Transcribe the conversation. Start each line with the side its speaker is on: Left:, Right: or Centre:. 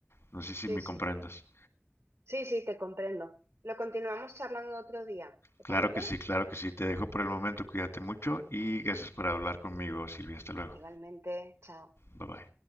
Left: No sé si
Right: Sí,
Left: me
Right: sí,
Left: comprendas.
Right: sí, sí, te comprendo. Lo continuamos charlando otro día, ¿te
Left: Claro
Right: parece?
Left: que sí, claro que sí. Te dejo por el momento. Cuídate mucho y gracias por hablar conmigo, Silvia. Hasta luego.
Right: Igualmente, chao.
Left: Bye bye.